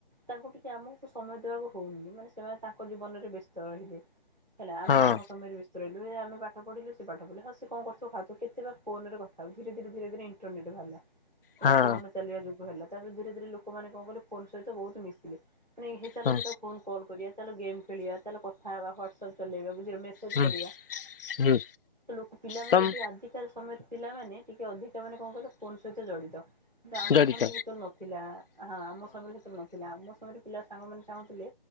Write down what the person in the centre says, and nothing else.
ତାଙ୍କୁ ଟିକେ ଆମକୁ ସମୟ ଦେବାକୁ ହଉନି ମାନେ ସେମାନେ ତାଙ୍କ ଜୀବନରେ ବ୍ୟସ୍ତ ରହିଲେ। ହେଲା ଆମେ
ଆମ ସମୟରେ ବ୍ୟ ରେଲୱ ଆମେ ପାଠ ପଢ଼ିଲୁ ସେ ପାଠ ପଢିଲ ହଉ ସେ କଣୁ ଖାଉଥିବ କେତେ ବା ଫୋନରେ କଥାହଉଥିଲୁ ଧୀରେ ଧରେ ଇଣ୍ଟରନେଟ ବାହାରିଲା। ହେଲା
ଫୋନ ଚାଲିବା ଯୁଗ ହେଲା ତାପରେ ଧୀରେ ଧୀରେ ଲୋକମାନେ କଣ କଲେ ଫୋନ ସହିତ ବହୁତ ମିଶିଲେ। ମାନେ ହେ ଚାଲ
ତାକୁ ଫୋନ କଲ କରିବା ଚାଲ ଗେମ୍ ଖେଳିବା ଚାଲ କଥା ହେବା ହ୍ୱାଟସ ଚଲେଇବା ବୁଝିଲ ମସେଜ
କରିବା
ଲୋକ ପିଲାମାନେ
ଏବେ ଏଠି କାର ସମୟରେ ପିଲାମାନେ ଟିକେ ଅଧିକ ମାନେ କଣ କଲେ ଫୋନ ସହିତ ଜଡିତ। ଆମ
ସମୟରେ ଯେତେବେଳେ ନଥିଲା ହଁ ଆମ ସମୟରେ ସେତେବେଳେ ନଥିଲା ଆମ ସମୟରେ ପିଲା ସାଙ୍ଗମାନେ ଚାହୁଁଥିଲେ